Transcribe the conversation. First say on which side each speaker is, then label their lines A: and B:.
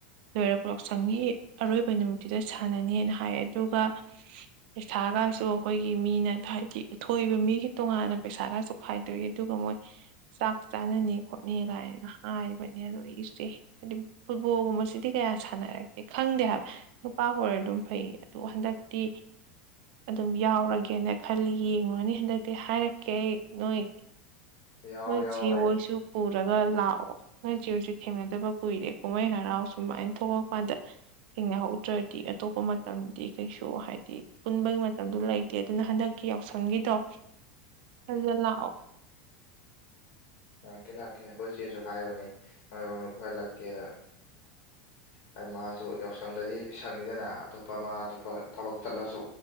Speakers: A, on the right; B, on the left.
A: ꯂꯣꯏꯔꯒ ꯌꯥꯎꯁꯪꯒꯤ ꯑꯔꯣꯏꯕ ꯅꯨꯃꯤꯠꯇꯨꯗ ꯁꯥꯟꯅꯅꯤꯅ ꯍꯥꯏ ꯑꯗꯨꯒꯗꯨ ꯄꯩꯁꯥꯒꯁꯨ ꯑꯩꯈꯣꯏꯒꯤ ꯃꯤꯅ ꯍꯥꯏꯗꯤ ꯎꯊꯣꯛꯏꯕ ꯃꯤꯒꯤ ꯇꯣꯉꯥꯟꯅ ꯄꯩꯁꯥꯒꯁꯨ ꯈꯥꯏꯗꯣꯛꯏ ꯑꯗꯨꯒ ꯃꯣꯏ ꯆꯥꯛ ꯆꯥꯅꯅꯤ ꯈꯣꯠꯅꯤ ꯀꯥꯏꯅ ꯍꯥꯏꯕꯅꯦ ꯑꯗꯣ ꯑꯩꯁꯦ ꯍꯥꯏꯗꯤ ꯐꯨꯠꯕꯣꯜꯒꯨꯝꯕ ꯁꯤꯗꯤ ꯀꯌꯥ ꯁꯥꯟꯅꯔꯛꯇꯦ ꯈꯪꯗꯦ ꯍꯥꯏꯕ ꯅꯨꯄꯥ ꯍꯔ ꯑꯗꯨꯝ ꯐꯩ ꯑꯗꯨ ꯍꯟꯗꯛꯇꯤ ꯑꯗꯨꯝ ꯌꯥꯎꯔꯒꯦꯅ ꯈꯜꯂꯤ ꯌꯦꯡꯉꯨꯔꯅꯤ ꯍꯟꯗꯛꯇꯤ ꯍꯥꯏꯔꯛꯀꯦ ꯑꯩ ꯅꯣꯏ
B: ꯌꯥꯎ
A: ꯅꯣꯏ
B: ꯌꯥꯎ
A: ꯆꯦ
B: ꯑꯩ
A: ꯍꯣꯏꯁꯨ ꯄꯨꯔꯒ ꯂꯥꯛꯑꯣ ꯅꯣꯏ ꯆꯤ ꯍꯁꯨ ꯊꯦꯡꯅꯗꯕ ꯀꯨꯏꯔꯦ ꯀꯨꯝꯍꯩ ꯍꯔꯥꯎ ꯁꯨꯃꯥꯏꯅ ꯊꯣꯛꯂꯛ ꯀꯥꯟꯗ ꯊꯦꯡꯅꯍꯧꯗ꯭ꯔꯗꯤ ꯑꯇꯣꯞꯄ ꯃꯇꯝꯗꯤ ꯀꯩꯁꯨ ꯍꯥꯏꯗꯤ ꯄꯨꯟꯕꯒꯤ ꯃꯇꯝꯗꯨ ꯂꯩꯇꯦ ꯑꯗꯨꯅ ꯍꯟꯗꯛꯤ ꯌꯥꯎꯁꯪꯒꯤꯗꯣ ꯑꯗꯨ ꯂꯥꯛꯑꯣ
B: ꯂꯥꯛꯀꯦ ꯂꯥꯛꯀꯦ ꯑꯩꯈꯣꯏ ꯆꯦꯁꯨ ꯍꯥꯏꯕꯅꯦ ꯃꯗ ꯀꯣꯏꯍꯜꯂꯛꯀꯦꯗ ꯍꯥꯏꯗꯤ ꯃꯥꯁꯨ ꯌꯥꯎꯁꯪꯗꯗꯤ ꯁꯪꯅꯤꯗꯅ ꯑꯇꯣꯞꯄ ꯃꯥ ꯑꯇꯣꯞꯄ ꯊꯕꯛ ꯆꯠꯂꯁꯨ